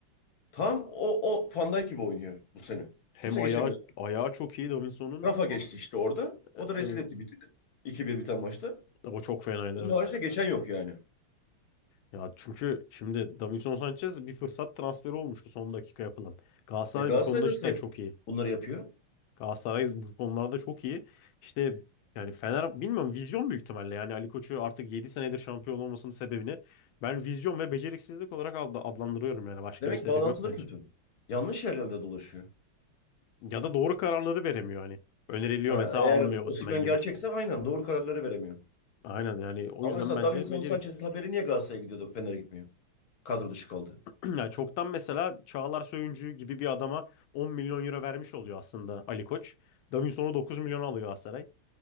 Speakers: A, on the left; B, on the left.
A: Tam o, o Van Dijk gibi oynuyor bu sene.
B: Hem
A: Kimse
B: ayağı
A: geçemiyor.
B: ayağı çok iyi Davinson'un.
A: Rafa geçti işte orada. O
B: E,
A: da rezil
B: evet.
A: etti bir tık. 2 bir biten maçta.
B: O çok fenaydı
A: Onun
B: evet.
A: haricinde geçen yok yani.
B: Ya çünkü şimdi Davinson Sanchez bir fırsat transferi olmuştu son dakika yapılan. Galatasaray
A: E Galatasaray
B: bu konuda
A: nasıl
B: cidden
A: hep
B: çok iyi.
A: bunları yapıyor?
B: Galatasaray bu konularda çok iyi. İşte yani Fener bilmiyorum vizyon büyük ihtimalle. Yani Ali Koç'u artık 7 senedir şampiyon olmasının sebebini ben vizyon ve beceriksizlik olarak ad- adlandırıyorum yani. Başka
A: Demek
B: bir sebep
A: bağlantıları
B: yok bence.
A: kötü. Yanlış yerlerde dolaşıyor.
B: Ya da doğru kararları veremiyor hani. Öneriliyor
A: Ha,
B: mesela
A: eğer
B: almıyor
A: Osimhen
B: Osimhen gibi.
A: gerçekse aynen doğru kararları veremiyor.
B: Aynen yani o
A: Ama
B: yüzden
A: mesela
B: bence
A: Davinson
B: beceriksiz.
A: Sanchez'in haberi niye Galatasaray'a gidiyordu Fener'e gitmiyor? Kadro dışı
B: İşte,
A: kaldı.
B: <clears throat> yani çoktan mesela Çağlar Söyüncü gibi bir adama 10 milyon euro vermiş oluyor aslında Ali Koç. Davinson'u 9 milyon alıyor Galatasaray.